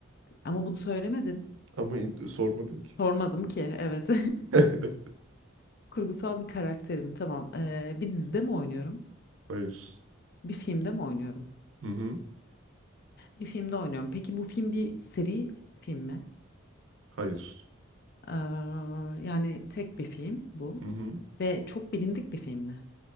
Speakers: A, on the left (about 50°); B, on the right (about 75°).
A: Ama bunu söylemedin.
B: Ama in- sormadın ki.
A: Sormadım ki, evet.
B: <laughs>
A: <laughs> Kurgusal bir karakterim, tamam. Ee, bir dizide mi oynuyorum?
B: Hayır.
A: Bir filmde mi oynuyorum?
B: Hı hı.
A: Bir filmde oynuyorum. Peki bu film bir seri film mi?
B: Hayır.
A: Ee, yani tek bir film bu.
B: Hı hı.
A: Ve çok bilindik bir film mi?